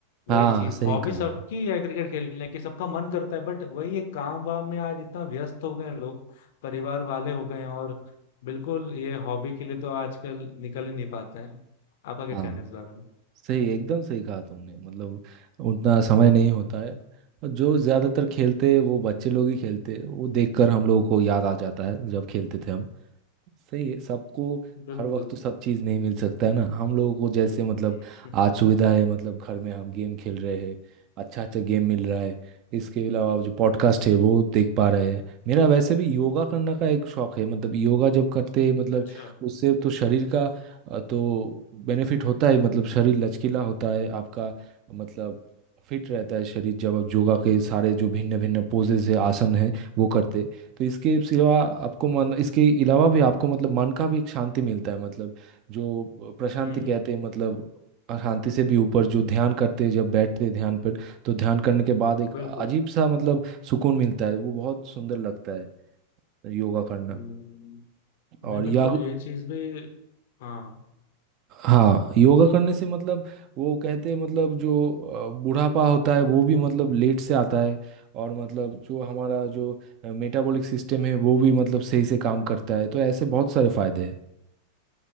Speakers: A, on the right (about 40°); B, on the left (about 55°).
A: हाँ
B: वही चीज
A: हाँ, सही
B: हॉबी
A: कहा
B: सबकी है क्रिकेट खेलने की सबका मन करता है बट वही है काम वाम में आज इतना व्यस्त हो गए हैं लोग परिवार वाले हो गए हैं और बिल्कुल ये हॉबी के लिए तो आजकल निकल ही नहीं पाते हैं आपका क्या
A: हाँ
B: कहना है इस बारे में
A: सही एकदम सही कहा तुमने मतलब उतना समय नहीं होता है और जो ज़्यादातर खेलते हैं वो बच्चे लोग ही खेलते हैं वो देखकर हम लोगों को याद आ जाता है जब खेलते थे हम सही है सबको
B: बिल्कुल
A: हर वक्त तो सब चीज़ नहीं मिल सकता है ना हम लोगों को जैसे मतलब
B: हम्म,
A: आज सुविधा है मतलब घर में हम गेम खेल रहे हैं अच्छा अच्छा गेम मिल रहा है इसके अलावा जो पॉडकास्ट है वो देख पा रहे हैं मेरा वैसे भी योगा करने का
B: हम्म।
A: एक शौक है मतलब योगा जब करते हैं मतलब
B: अच्छा
A: उससे तो शरीर का अ, तो बेनिफिट होता है मतलब शरीर लचकीला होता है आपका मतलब फिट रहता है शरीर जब आप योगा के सारे जो भिन्न भिन्न पोजेज है आसन है वो करते तो इसके सिवा आपको मन इसके अलावा भी आपको मतलब मन का भी एक शांति मिलता है मतलब जो प्रशांति
B: हम्म
A: कहते
B: हम्म
A: हैं मतलब शांति से भी ऊपर जो ध्यान करते हैं जब बैठते हैं ध्यान पर तो ध्यान करने के बाद एक
B: बिल्कुल
A: अजीब सा मतलब सुकून मिलता है वो बहुत सुंदर लगता है योगा करना
B: हम्म,
A: और
B: नहीं बिल्कुल
A: या
B: ये चीज भी हाँ
A: हाँ योगा करने से मतलब वो कहते हैं मतलब जो अ, बुढ़ापा होता है वो भी मतलब लेट से आता है और मतलब जो हमारा जो मेटाबॉलिक सिस्टम है वो भी मतलब सही से काम करता है तो ऐसे बहुत सारे फायदे हैं